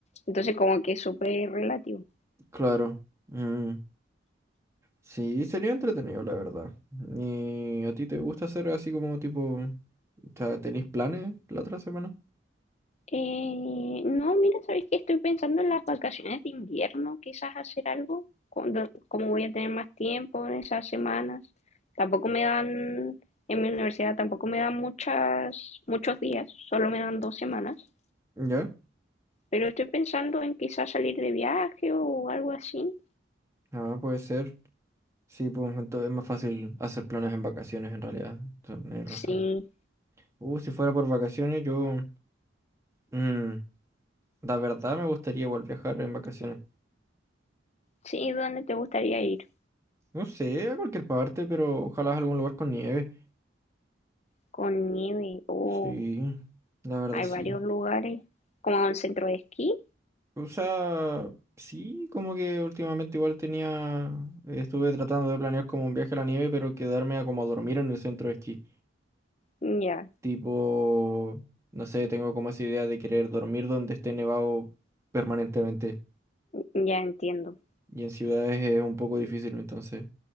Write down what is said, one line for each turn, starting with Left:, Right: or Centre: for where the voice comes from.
Left: Entonces como que es súper relativo.
Right: Claro. Mm, sí, sería entretenido, la verdad. ¿Y a ti te gusta hacer así como tipo... O sea, ¿tenéis planes la otra semana?
Left: Eh, no, mira, sabes que estoy pensando en las vacaciones de invierno, quizás hacer algo, cuando- como voy a tener más tiempo en esas semanas. Tampoco me dan, en mi universidad tampoco me dan muchas, muchos días, solo me dan dos semanas.
Right: ¿Ya?
Left: Pero estoy pensando en quizás salir de viaje o algo así.
Right: Ah, puede ser. Sí, pues entonces es más fácil hacer planes en vacaciones en realidad. Tienes razón.
Left: Sí,
Right: Uh, si fuera por vacaciones, yo... mm, la verdad me gustaría igual viajar en vacaciones.
Left: sí, ¿dónde te gustaría ir?
Right: No sé, a cualquier parte, pero ojalá a algún lugar con nieve.
Left: Con nieve, o
Right: Sí, la verdad
Left: hay
Right: sí.
Left: varios lugares, como a un centro de esquí.
Right: O sea, sí, como que últimamente igual tenía... Estuve tratando de planear como un viaje a la nieve, pero quedarme a como dormir en el centro de esquí.
Left: Ya,
Right: Tipo, no sé, tengo como esa idea de querer dormir donde esté nevado permanentemente.
Left: ya entiendo.
Right: Y en ciudades es un poco difícil, entonces